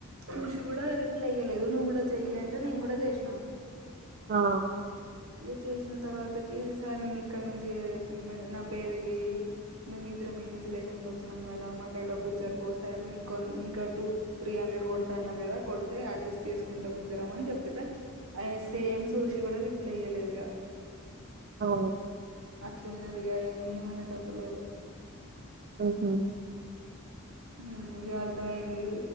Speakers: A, on the right (about 75°); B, on the right (about 45°).
A: చూషి కూడా రిప్లై ఇయ్యలేదు నువ్వు కూడా చెయ్యి అంటే నేను కూడా చేసినా
B: అ
A: ఇగ చేసిన తర్వాతకి సార్ నేను ఇక్కడ నుంచి నా పేరు ఇది మేము ఇద్దరం ఇన్విజిలేషన్కి వచ్చినాం కదా మాకు డబ్బులు సరిపోసారు మీకు కొ ఇంకా టూ త్రీ హండ్రెడ్ కొడతా అన్నారు కదా కొడితే అడ్జస్ట్ చేసుకుంటాం ఇద్దరం అని చెప్పితే అ సేమ్ సూషి కూడా రిప్లై ఇయ్యలేదుగా
B: అవును
A: అట్లున్నది ఇగ ఆయనను ఏం అనేటట్టు లేదు
B: ఉ హ
A: ఉమ్ ఇగ అర్థమయింది